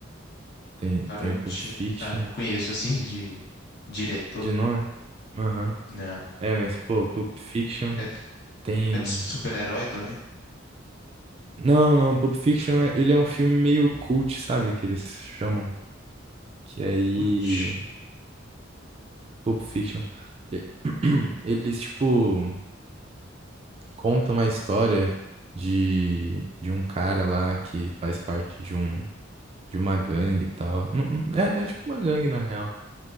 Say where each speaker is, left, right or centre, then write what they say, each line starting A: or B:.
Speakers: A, on the right (about 30°); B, on the left (about 55°).
A: Tem,
B: Tarantino.
A: tem o Pulp Fiction
B: Ah, não conheço, assim, <laughs> de diretor.
A: de nome. Aham.
B: Não.
A: É, mas, pô, Pulp Fiction
B: É, de-
A: tem.
B: é de super-herói também?
A: Não, não, Pulp Fiction, é- ele é um filme meio cult, sabe? Que eles chamam. Que aí.
B: Putz.
A: Pulp Fiction. e- <clears throat> Eles, tipo, contam a história de, de um cara lá que faz parte de um, de uma gangue e tal. Não- não- É, é tipo uma gangue, na real.